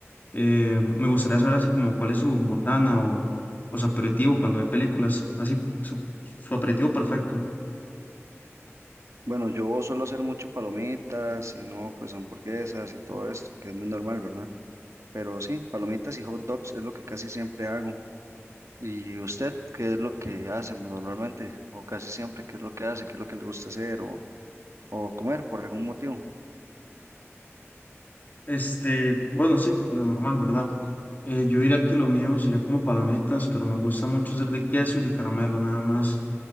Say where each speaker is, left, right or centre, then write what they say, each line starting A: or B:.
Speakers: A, on the left; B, on the right.
A: Eh, me gustaría saber así como cuál es su botana o, o su aperitivo cuando ve películas, así su, su aperitivo perfecto.
B: Bueno, yo suelo hacer mucho palomitas y no, pues hamburguesas y todo esto, que es muy normal, ¿verdad? Pero sí, palomitas y hot dogs es lo que casi siempre hago. ¿Y usted qué es lo que hace normalmente? O casi siempre, ¿qué es lo que hace? ¿Qué es lo que le gusta hacer o, o comer por algún motivo?
A: Este, bueno, sí, lo normal, ¿verdad? Eh, yo diría que lo mío sería como palomitas, pero me gusta mucho ser de queso y de caramelo nada más.